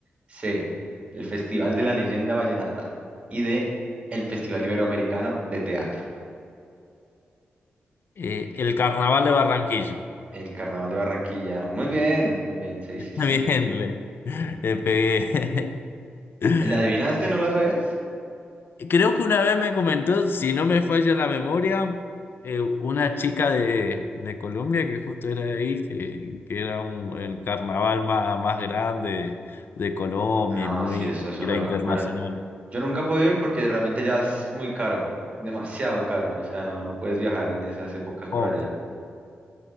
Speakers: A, on the right; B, on the left.
A: C. El Festival de la Leyenda Vallenata. Y D. El Festival Iberoamericano de Teatro.
B: el carnaval de Barranquilla.
A: El Carnaval de Barranquilla. Muy bien, muy bien, sí,
B: <laughs>
A: sí, sí.
B: Bien, le, le pegué. <laughs>
A: ¿La adivinaste? ¿No la sabías?
B: Creo que una vez me comentó, si no me falla la memoria, eh, una chica de, de Colombia que justo era de ahí, que, que era un- el carnaval más, más grande de Colombia
A: No,
B: y muy,
A: sí, eso es una
B: era
A: locura.
B: internacional.
A: Yo nunca he podido ir porque realmente ya es muy caro, demasiado caro. O sea, no, no puedes viajar en esas épocas por
B: Oh,
A: allá.